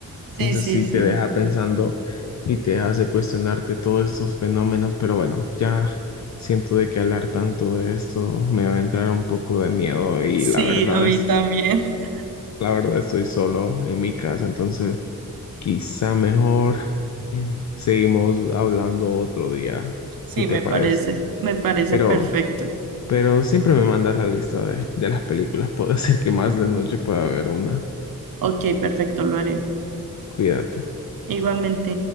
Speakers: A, on the left; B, on the right.
A: Entonces
B: Sí, sí,
A: sí
B: sí.
A: te deja pensando y te hace cuestionarte todos estos fenómenos, pero bueno, ya siento de que hablar tanto de esto me va a entrar un poco de miedo y
B: Sí,
A: la verdad
B: a mí
A: es,
B: también. <laughs>
A: la verdad estoy solo en mi casa, entonces quizá mejor seguimos hablando otro día,
B: Sí,
A: si te
B: me
A: parece.
B: parece, me parece
A: Pero
B: perfecto.
A: Pero siempre me mandas la lista de, de las películas. <laughs> Puede ser que más de noche pueda haber una.
B: Ok, perfecto, lo haré.
A: Cuídate.
B: Igualmente.